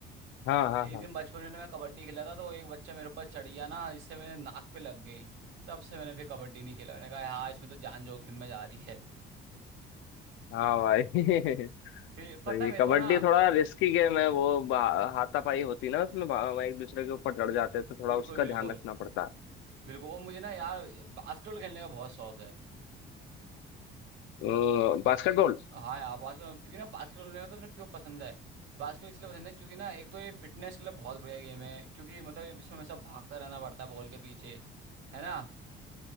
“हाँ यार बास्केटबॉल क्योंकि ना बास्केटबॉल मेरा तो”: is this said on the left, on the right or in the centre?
Right